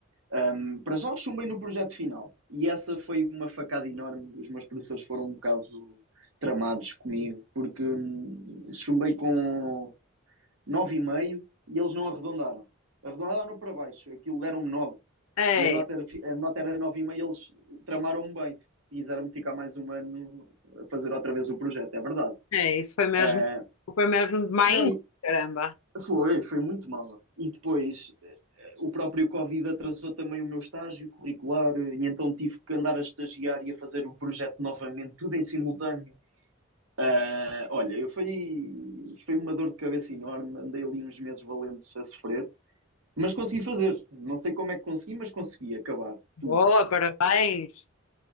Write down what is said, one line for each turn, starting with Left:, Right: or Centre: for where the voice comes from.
Right: Ahm, para já chumbei no projeto final. E essa foi uma facada enorme. Os meus professores foram um bocado tramados comigo porque hum, chumbei com 9,5 e eles não arredondaram. Arredondaram para baixo. Aquilo deram-me 9
Left: É,
Right: e a nota era, fi- a nota era 9,5 e eles tramaram-me bem. Quiseram-me ficar mais um ano a fazer outra vez o projeto, é verdade.
Left: é, isso foi mesmo,
Right: Eh,
Left: foi mesmo demais,
Right: não,
Left: caramba.
Right: foi, foi muito mal. E depois eh, o próprio Covid atrasou também o meu estágio curricular, eh, e então tive que andar a estagiar e a fazer o projeto novamente, tudo em simultâneo. Eh, olha, eu fui, foi uma dor de cabeça enorme, andei ali uns meses valentes a sofrer, mas consegui fazer. Não sei como é que consegui, mas consegui acabar
Left: Boa,
Right: tudo.
Left: parabéns.